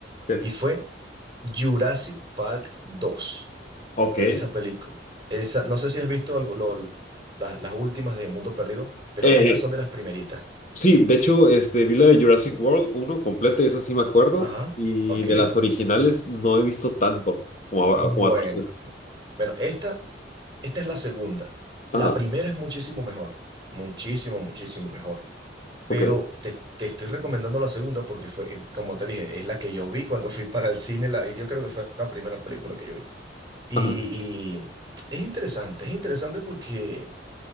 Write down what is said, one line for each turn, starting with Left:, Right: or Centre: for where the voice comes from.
Left: Sí.
Right: Y fue Jurassic Park dos.
Left: Ok.
Right: Esa película, esa, no sé si has visto algo, lo- las las últimas de Mundo Perdido, pero
Left: Eh,
Right: estas son de las primeritas.
Left: Sí, de hecho, este, vi la de Jurassic World uno completa y esa sí me acuerdo.
Right: Ajá,
Left: Y
Right: ok.
Left: de las originales no he visto tanto como, ahora-
Right: Bueno,
Left: como a otros.
Right: bueno, esta, esta es la segunda. La
Left: Ajá,
Right: primera es muchísimo mejor, muchísimo, muchísimo mejor. Pero
Left: ok,
Right: te, te estoy recomendando la segunda porque fue, eh, como te dije, es la que yo vi cuando fui para el cine. La, yo creo que fue la primera película que yo vi. Y,
Left: ajá,
Right: y es interesante, es interesante porque,